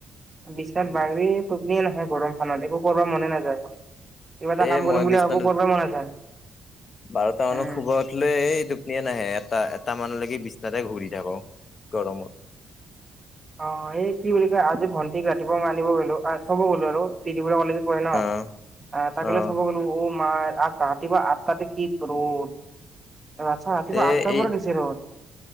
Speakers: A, on the right; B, on the left.
A: বিছনাত বাগৰি টোপনিয়ে নাহে গৰমখনত একো কৰিব মনে নাযায়। কিবা এটা
B: এ
A: কাম কৰিম
B: মই
A: বুলি
B: বিছনাত
A: ভাবো কৰিব মন নাযায়
B: বাৰটা মানত
A: উম
B: শুৱ উঠলে এই- টোপনিয় নাহে এটা এটা মানলৈকে বিছনাতে ঘূৰি থাকো গৰমত
A: অহ এই কি বুলি কয় আজি ভন্টি ৰাতিপুৱা আনিব গ'লো থব গ'লো আৰু- বি বৰুৱা কলেজত পঢ়ে ন
B: অ
A: তাকে
B: অ
A: থব গলো। তোমাৰ আগতো ৰাতি পোৱা আঠ ততে কি ৰদ আচ্ছা ৰাতিপুৱা
B: তে
A: আঠটা
B: এই
A: পৰা দিছে ৰদ